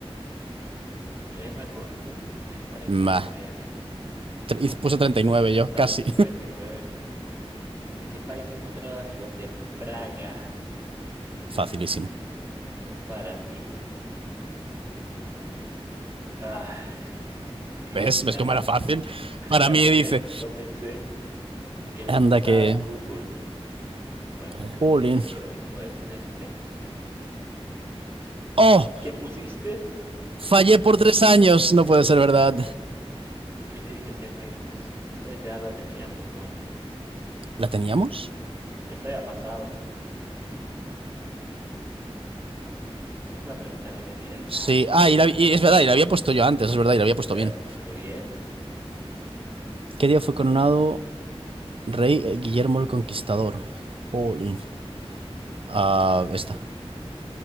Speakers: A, on the right; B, on the right.
A: Voy a irme con, uf, el 49.
B: Bah. Tre- y
A: <laughs>
B: Puse 39 yo,
A: Yo también
B: casi.
A: puse 39. ¿En qué país se encuentra la ciudad de Praga?
B: <laughs> Facilísimo.
A: Oh, ¿Para ti? Ah, sí, sí, sí, sí, sí.
B: ¿Ves?
A: <laughs>
B: ¿Ves cómo era fácil? Para
A: La atiné,
B: mí dice.
A: lo pensé. ¿En qué año
B: Anda
A: fue fundada
B: que...
A: Google? Bueno,
B: Jolín.
A: creo que, creo que puede ser este. Sí.
B: ¡Oh!
A: ¿Qué pusiste?
B: Fallé por tres años. No puede ser verdad.
A: ¿Quién dirigió Thelma y Luis? Esta ya la teníamos, ¿no?
B: ¿La teníamos?
A: Ya se había pasado. Esta es una pregunta repetida, claro.
B: Sí, ah, y, la- y es verdad, y la había puesto yo antes, es verdad, y la había
A: Si
B: puesto
A: la habías
B: bien.
A: puesto bien.
B: ¿Qué día fue coronado rey eh, Guillermo el Conquistador? Jolín. Ah, esta.